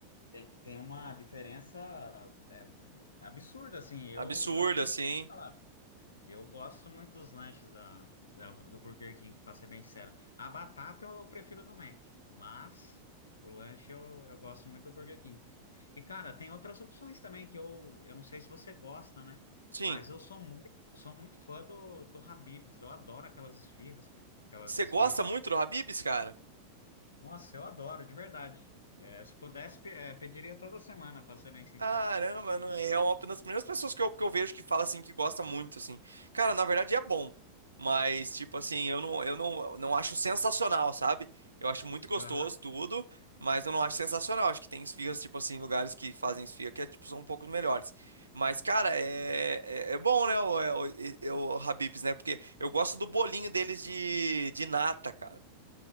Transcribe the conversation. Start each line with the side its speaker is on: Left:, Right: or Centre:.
Left: tem tem uma diferença é, absurda, assim. Eu,
Right: Absurdo,
Left: eu suspeito
Right: assim.
Left: de falar. Eu gosto muito dos lanches da, da- do Burger King, para ser bem sincero. A batata eu prefiro do Mac, mas o lanche eu, eu gosto muito do Burger King. E, cara, tem outras opções também que eu, eu não sei se você gosta, né?
Right: Sim.
Left: Mas eu sou muito, sou muito fã do, do Habib's. Eu adoro aquelas esfirras, cara. Aquelas
Right: Você
Left: esfirras.
Right: gosta muito do Habibs, cara?
Left: Nossa, eu adoro, de verdade. É, se pudesse, pe- é, pediria toda semana, para ser bem sincero.
Right: Caramba, não é uma das primeiras pessoas que eu, que eu vejo que fala assim que gosta muito, assim. Cara, na verdade é bom. Mas, tipo assim, eu não, eu não, não acho sensacional, sabe? Eu acho muito gostoso
Left: Aham.
Right: tudo, mas eu não acho sensacional. Acho que tem esfirras, tipo assim, lugares que fazem esfirra que é, tipo, são um pouco melhores. Mas, cara, é, é, é bom, né? O, é- o, e- o Habib's, né? Porque eu gosto do bolinho deles de, de nata, cara.